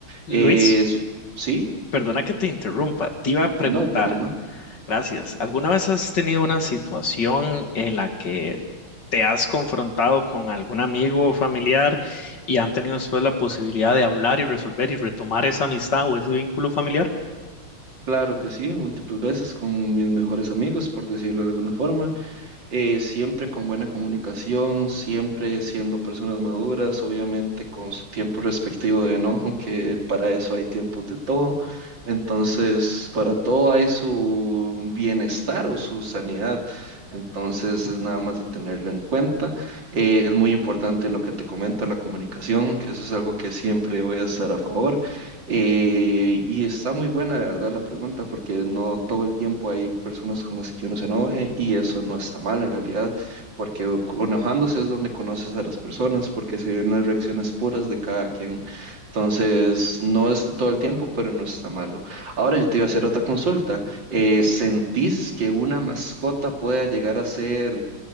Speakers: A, on the right; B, on the left.
A: Eh,
B: Luis,
A: su- sí,
B: perdona que te interrumpa, te iba a preguntar.
A: no hay problema.
B: Gracias. ¿Alguna vez has tenido una situación en la que te has confrontado con algún amigo o familiar y han tenido después la posibilidad de hablar y resolver y retomar esa amistad o ese vínculo familiar?
A: Claro que sí, múltiples veces con mis mejores amigos, por decirlo de alguna forma. eh, siempre con buena comunicación, siempre siendo personas maduras, obviamente con su tiempo respectivo de enojo, que para eso hay tiempos de todo. Entonces, para todo hay su bienestar o su sanidad. Entonces, es nada más de tenerlo en cuenta. Eh, es muy importante lo que te comento, la comunicación, que eso es algo que siempre voy a estar a favor. Eh, y está muy buena, de verdad, la pregunta, porque no todo el tiempo hay personas con las que uno se enoje y eso no está mal en realidad, porque o- enojándose es donde conoces a las personas, porque se ven las reacciones puras de cada quien. Entonces, no es de todo el tiempo, pero no está malo. Ahora yo te iba a hacer otra consulta. Eh, ¿sentís que una mascota pueda llegar a ser